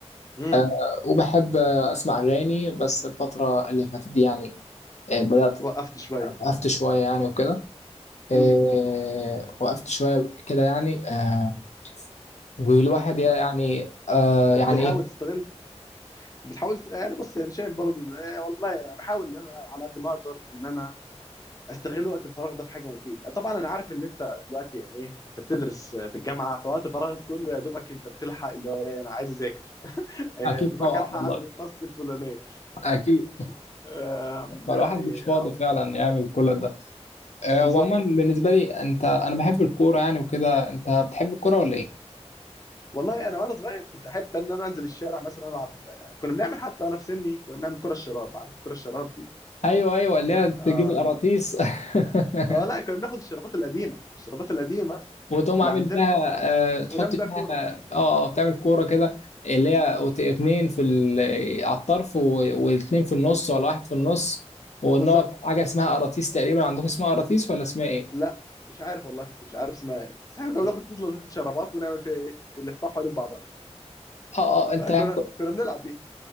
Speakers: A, on the left (about 30°); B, on the left (about 80°).
A: مم.
B: آه وبحب اسمع اغاني بس الفتره اللي فاتت دي يعني آه، بدأت
A: وقفت شويه
B: وقفت شوية يعني وكده
A: مم.
B: آه، وقفت شوية كده يعني آه، والواحد يعني
A: لا
B: آه، يعني
A: بيحاول
B: إيه
A: تستغل بتحاول يعني بص يعني شايف برضو آه، والله انا بحاول ان انا على قد ما اقدر ان انا استغل وقت الفراغ ده في حاجه مفيده طبعا انا عارف ان انت دلوقتي يعني ايه انت بتدرس في الجامعه فوقت فراغك كله يا دوبك انت بتلحق اللي هو ايه انا عايز اذاكر إيه،
B: اكيد
A: يا دوبك
B: طبعا
A: الحق
B: والله
A: اعمل التاسك الفلانيه
B: اكيد
A: <laughs> آم،
B: فالواحد
A: يعني
B: مش فاضي
A: أو-
B: فعلا يعمل كل ده آه،
A: بالظبط
B: وعموما بالنسبة لي أنت أنا بحب الكورة يعني وكده أنت بتحب الكورة ولا إيه؟
A: والله انا وانا صغير كنت احب ان انا انزل الشارع مثلا العب كنا بنعمل حتى انا في سني كنا بنعمل كره الشراب عارف كره الشراب دي
B: أيوه أيوه اللي
A: كرة.
B: هي
A: آه.
B: تجيب القراطيس <laughs>
A: آه لا كنا بناخد الشرابات القديمه الشرابات القديمة
B: وتقوم
A: اللي
B: عامل
A: عندنا
B: بيها آه تحط
A: ونعمل بيها
B: فيها
A: كوره
B: اه آه، بتعمل كوره كده اللي هي وت- اتنين في ال... على الطرف و... واتنين في النص ولا واحد في النص ونقعد
A: بالظبط
B: حاجه اسمها قراطيس تقريبا عندكم اسمها قراطيس ولا اسمها ايه؟
A: لا مش عارف والله مش عارف اسمها ايه بس احنا كنا
B: اه
A: بناخد نفضل ناخد شرابات ونعمل فيها ايه ونلفها حوالين بعضها
B: اه آه، انت
A: فكنا
B: يعني
A: كنا بنلعب بيها